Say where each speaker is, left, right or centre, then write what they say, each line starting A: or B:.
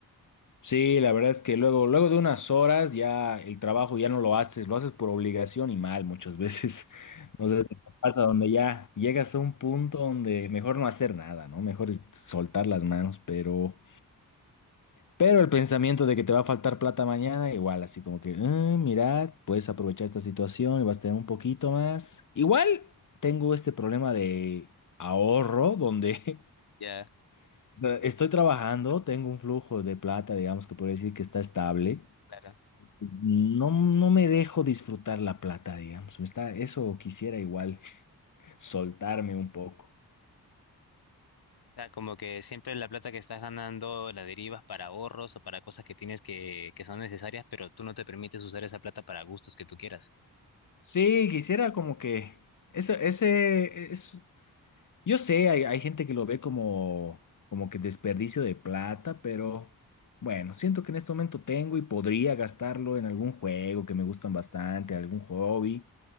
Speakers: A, on the left; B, on the left.
A: Sí, la verdad es que luego, luego de unas horas ya el trabajo ya no lo haces, lo haces por obligación y mal muchas veces. <laughs> No sé si te pasa donde ya llegas a un punto donde mejor no hacer nada, ¿no? Mejor soltar las manos, pero, pero el pensamiento de que te va a faltar plata mañana, igual, así como que, "Ah, mirad, puedes aprovechar esta situación y vas a tener un poquito más. Igual tengo este problema de ahorro donde
B: Ya,
A: <laughs> Estoy trabajando, tengo un flujo de plata, digamos que podría decir que está estable.
B: claro.
A: No, no me dejo disfrutar la plata, digamos. Me está, eso quisiera igual <laughs> soltarme un poco.
B: O sea, como que siempre la plata que estás ganando la derivas para ahorros o para cosas que tienes que, que son necesarias, pero tú no te permites usar esa plata para gustos que tú quieras.
A: Sí, quisiera como que ese ese es, yo sé, hay, hay gente que lo ve como, como que desperdicio de plata, pero bueno, siento que en este momento tengo y podría gastarlo en algún juego que me gustan bastante, algún hobby,